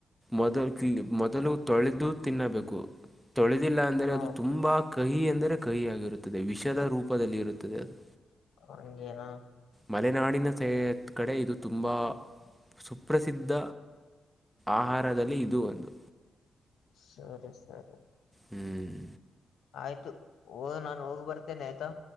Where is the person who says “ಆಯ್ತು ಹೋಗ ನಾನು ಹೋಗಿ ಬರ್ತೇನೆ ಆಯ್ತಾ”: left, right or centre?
Left